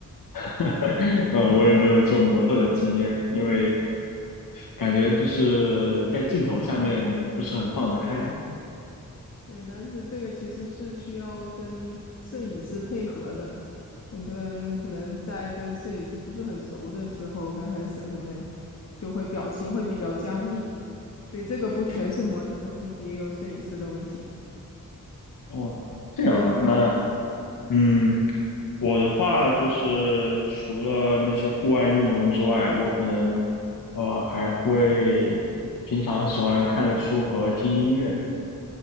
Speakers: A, on the left; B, on the left.
A: <laughs> 呃，我也没有做模特的经验，因为
B: <laughs>
A: 感觉就是在镜头下面不是很放得开。
B: 对，但是这个其实是需要跟摄影师配合的。很多人可能在跟摄影师不是很熟的时候，刚开始可能就会表情会比较僵硬，所以这个不全是模特的问题，也有摄影师的问题。
A: 哦，这样啊，
B: 你呢？
A: 那嗯，我的话就是除了那些户外运动之外，我可能呃还会平常喜欢看书和听音乐。